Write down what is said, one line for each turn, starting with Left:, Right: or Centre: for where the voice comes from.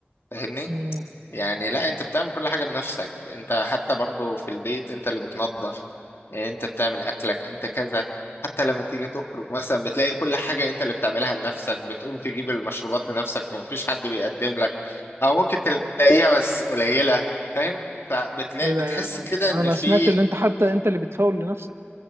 Left: فاهمني؟
Right: أمم.
Left: يعني لا انت بتعمل كل حاجة بنفسك انت حتى برضو في البيت انت اللي بتنظف انت بتعمل اكلك انت كذا حتى لما تيجي تخرج مثلا بتلاقي كل حاجة انت اللي بتعملها لنفسك بتقوم تجيب المشروبات لنفسك ومفيش حد بيقدم لك او ممكن تلاقيها بس قليلة فاهم فبتلاقي
Right: ايوه
Left: بتحس
Right: ايوه معاك
Left: كده
Right: انا
Left: ان في
Right: سمعت اللي انت حتى انت اللي بتفاول لنفسك